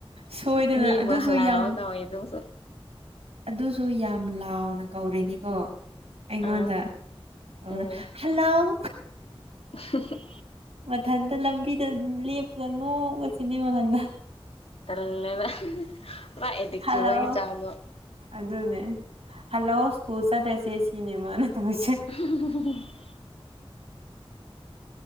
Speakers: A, on the right; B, on the left.
A: ꯁꯣꯏꯗꯅ
B: ꯃꯤꯕꯨ
A: ꯑꯗꯨꯁꯨ
B: ꯍꯂꯥꯎ
A: ꯌꯥꯝ
B: ꯀꯥꯎꯋꯤꯗꯨꯁꯨ
A: ꯑꯗꯨꯁꯨ ꯌꯥꯝ ꯂꯥꯎꯅ ꯀꯧꯔꯤꯅꯤꯀꯣ ꯑꯩꯉꯣꯟꯗ
B: ꯑꯥ
A: ꯇꯧꯔ
B: ꯎꯝ
A: ꯍꯜꯂꯥꯎ
B: <unintelligible>
A: ꯃꯊꯟꯇ ꯂꯝꯕꯤꯗ ꯂꯦꯞꯄꯒ ꯅꯣꯛꯄꯁꯤꯅꯦ ꯃꯊꯟꯗ
B: ꯇꯜꯂꯦꯕ ꯃꯥ ꯑꯦꯗꯤꯛ
A: ꯍꯜꯂꯥꯎ
B: ꯆꯨꯕꯒꯤ ꯆꯥꯡꯗꯣ
A: ꯑꯗꯨꯅꯦ ꯍꯜꯂꯣ ꯁ꯭ꯀꯨꯜ ꯆꯠꯂꯁꯦ ꯁꯤꯅꯦ ꯃꯥꯅ ꯇꯧꯔꯤꯁꯦ
B: <unintelligible>